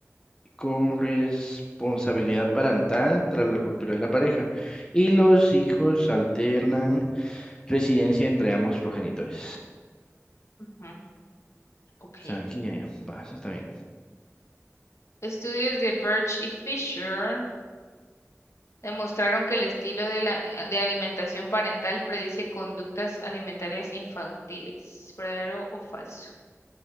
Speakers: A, on the left; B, on the left.
A: corresponsabilidad parental tras la ruptura de la pareja. Y los hijos alternan residencia entre ambos progenitores.
B: Ujú, Ok.
A: O sea, aquí y allá. Va, eso está bien.
B: Estudios de Birch y Fisher demostraron que el estilo de, la, eh, de alimentación parental predice conductas alimentarias infantiles. ¿Verdadero o falso?